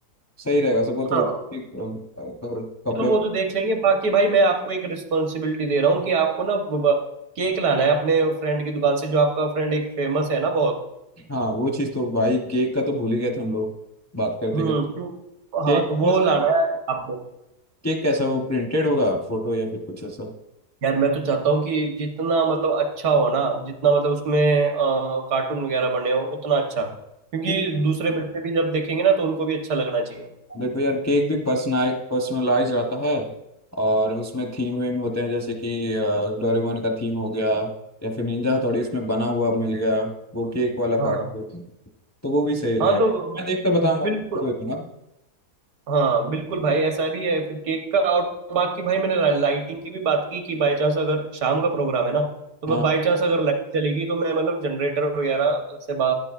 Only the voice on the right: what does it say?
हाँ
चलो वो तो देख लेंगे बाकी भाई मैं आपको एक रिस्पॉन्सिबिलिटी दे रहा हूँ कि आपको ना ब- ब- केक लाना है अपने फ्रेंड की दुकान से जो आपका फ्रेंड एक फेमस है ना बहुत
हम्म
तो- हाँ
तो वो
लाना है आपको
यार मैं तो चाहता हूँ कि जितना मतलब अच्छा हो ना जितना मतलब उसमें कार्टून वगैरह बने हो उतना अच्छा क्योंकि
दूसरे बच्चे भी जब देखेंगे ना तो उनको भी अच्छा लगना चाहिए
हाँ
हाँ तो
बिल्कुल
हाँ बिल्कुल भाई ऐसा भी है फिर केक का और बाकी भाई मैंने लाइटिंग की भी बात की कि बाय चांस अगर शाम का प्रोग्राम है ना तो मैं
बाय चांस अगर लाइट चलेगी तो मैं मतलब जनरेटर वगैरह से बा